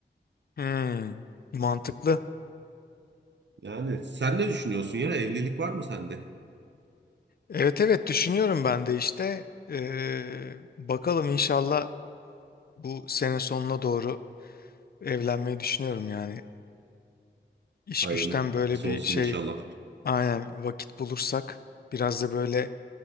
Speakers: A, on the left; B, on the right.
A: Hmm, mantıklı.
B: Yani sen ne düşünüyorsun ya? Evlilik var mı sende?
A: Evet evet düşünüyorum ben de işte. Ee, bakalım inşallah bu sene sonuna doğru evlenmeyi düşünüyorum yani. İş
B: Hayırlısı
A: güçten böyle bir
B: olsun
A: şey
B: inşallah.
A: Aynen vakit bulursak biraz da böyle